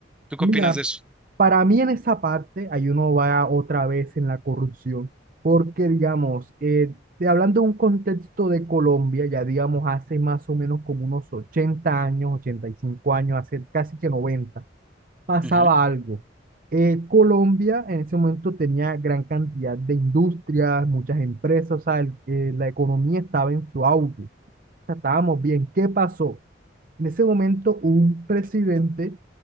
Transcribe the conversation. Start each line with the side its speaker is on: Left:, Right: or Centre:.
Centre: ¿Tú qué
Right: Mira,
Centre: opinas de eso?
Right: Para mí en esa parte, ahí uno va otra vez en la corrupción, porque digamos, eh, de- hablando de un contexto de Colombia, ya digamos hace más o menos como unos 80 años, 85 años, hace casi que 90 pasaba
Centre: Ujú,
Right: algo. Eh, Colombia en ese momento tenía gran cantidad de industrias, muchas empresas, o sea, el- eh, la economía estaba en su auge, o sea, estábamos bien. ¿Qué pasó? En ese momento hubo un presidente